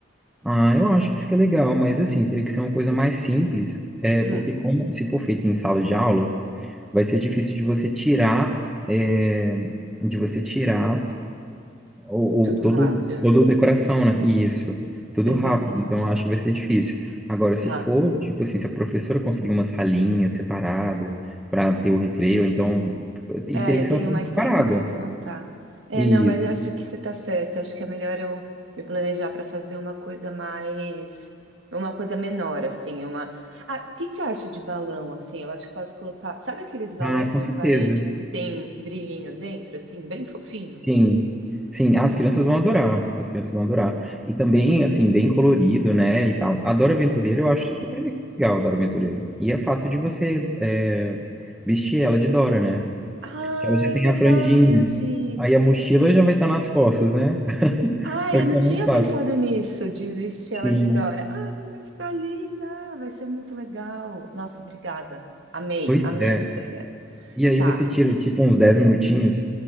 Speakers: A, in the centre; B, on the right.
A: Ah, eu acho que fica legal, mas assim, teria que ser uma coisa mais simples, é,
B: Hum,
A: porque como se for feito em sala de aula, vai ser difícil de você tirar, é, de você tirar o,
B: tudo
A: o- todo,
B: rápido,
A: toda
B: né?
A: a decoração, né? Isso, tudo
B: É
A: rápido.
B: verdade.
A: Então, eu acho que vai ser difícil. Agora, se
B: Tá.
A: for, tipo assim, se a professora conseguir uma salinha separada para ter o recreio, então, e
B: É,
A: teria
B: eu
A: que
B: tenho
A: ser uma salinha
B: mais
A: separada.
B: tempo para desmontar. É,
A: Isso.
B: não, mas eu acho que você está certo. Acho que é melhor eu me planejar para fazer uma coisa mais, uma coisa menor, assim, uma. Ah, o que que você acha de balão, assim? Eu acho que posso colocar. Sabe aqueles balões
A: Ah, com
B: transparentes
A: certeza.
B: que tem brilhinho dentro, assim, bem fofinho?
A: Sim, sim, ah, as crianças vão adorar, as crianças vão adorar. E também, assim, bem colorido, né, e tal. Adora Aventureira eu acho super legal, Adora Aventureira. E é fácil de você é, vestir ela de Dora, né?
B: Ai,
A: Porque Ela já tem
B: verdade!
A: a franjinha, aí a mochila
B: É verdade.
A: já vai estar nas costas, né? <laughs>
B: Ah,
A: Vai
B: eu
A: ficar
B: não tinha
A: mais fácil.
B: pensado nisso, de vestir ela
A: Sim,
B: de Dora. Ah, ela vai ficar linda, vai ser muito legal. Nossa, obrigada. Amei,
A: pois
B: amei
A: é.
B: essa ideia.
A: E aí
B: Tá.
A: você tira, tipo, uns 10 minutinhos,